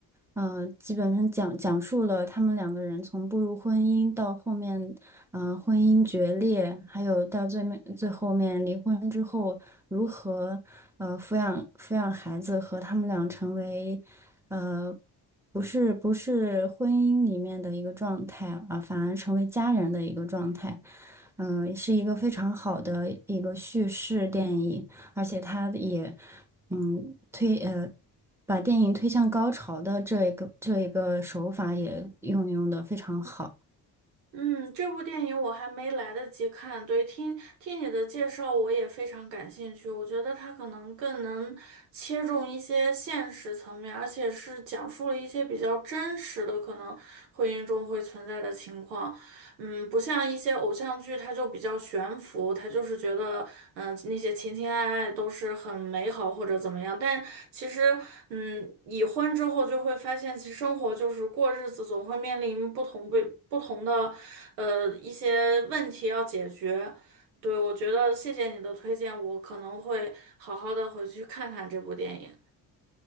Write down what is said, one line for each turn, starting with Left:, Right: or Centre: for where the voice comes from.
Centre: 呃，基本上讲讲述了他们两个人从步入婚姻到后面，呃，婚姻决裂，还有到最面最后面离婚之后如何，呃，抚养抚养孩子和他们俩成为，呃，不是不是婚姻里面的一个状态啊，反而成为家人的一个状态，嗯、是一个非常好的一个叙事电影。而且他也嗯推呃把电影推向高潮的这一个这一个手法也运用的非常好。
Right: 嗯，这部电影我还没来得及看，对，听听你的介绍，我也非常感兴趣。我觉得它可能更能切中一些现实层面，而且是讲述了一些比较真实的，可能婚姻中会存在的情况。嗯，不像一些偶像剧，它就比较悬浮，它就是觉得，嗯、那些情情爱爱都是很美好或者怎么样。但其实，嗯，已婚之后就会发现，其实生活就是过日子，总会面临不同不不同的，呃，一些问题要解决。对，我觉得谢谢你的推荐，我可能会好好的回去看看这部电影。